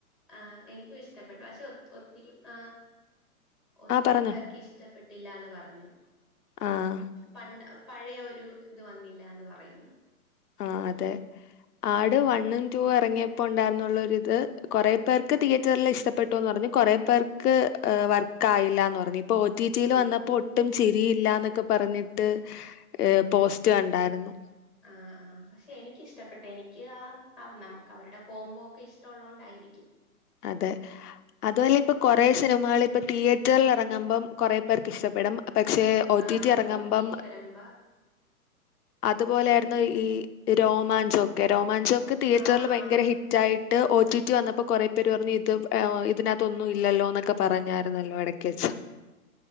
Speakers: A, in the centre; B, on the left.
A: ആഹ് എനിക്കു ഇഷ്ടപ്പെട്ട്. പക്ഷെ ഒത് ഒത്തിരി ആഹ് ഒത്തിരിപ്പേർക്ക്
B: ആഹ് പറഞ്ഞോ
A: ഇഷ്ടപ്പെട്ടില്ലാന്ന് പറഞ്ഞ്.
B: ആഹ്
A: പണ്ട് പഴയ ഒരു ഇത് വന്നില്ലാന്ന് പറയുന്നു.
B: ആഹ് അതെ. ആട്
A: ഉം
B: വണ്ണും ടുവും എറങ്ങിയപ്പോ ഉണ്ടായിരുന്നുള്ളൊരു ഇത് കൊറേ പേർ ക്ക് തിയേറ്ററിൽ ഇഷ്ടപ്പെട്ടു എന്ന് പറഞ്ഞ് കൊറെ പേർക്ക് വർക്കായില്ലാന്ന് പറഞ്ഞ്. ഇപ്പ ഒ റ്റി റ്റില്
A: ഉം
B: വന്നപ്പോ ഒട്ടും ചിരിയില്ലാന്നൊക്കെ പറഞ്ഞിട്ട് ഈഹ് പോസ്റ്റ് കണ്ടായിരുന്നു.
A: ആഹ് ആഹ് പക്ഷെ എനിക്കിഷ്ടപ്പെട്ട്. എനിക്ക് ആ നമുക്ക് അവരുടെ കോംബോ ഒക്കെ ഇഷ്ടവൊള്ളോണ്ടായിരി ക്കും.
B: അതെ അതുവല്ല ഇപ്പൊ കൊറെ സിനിമകള് ഇപ്പൊ തിയേറ്ററില് ഇറങ്ങുമ്പം കൊറേ പേർക്ക് ഇഷ്ടപ്പെടും പക്ഷെ ഒ
A: ആഹ്
B: ടി ടി എറങ്ങുമ്പം
A: ഒ ടി ടി വരുമ്പോ
B: അതുപോലെയായിരുന്നു
A: ഇഷ്ടപ്പെടുന്നില്ല
B: ഈ രോമാഞ്ചൊക്കെ. രോമാഞ്ചൊക്കെ തിയേറ്ററില്
A: ആഹ്
B: ഭയങ്കര
A: ആഹ്
B: ഹിറ്റ് റ്റായിട്ട് ഒ ടി ടി വന്നപ്പോ കൊറേ പേര് പറഞ്ഞു ഇത് ഈഹ് ഇതിനാത്തൊന്നു ഇൽ ഇല്ലല്ലോന്നൊക്കെ പറഞ്ഞായിരുന്നല്ലോ എടക്ക് വെച്ച്.
A: ഉം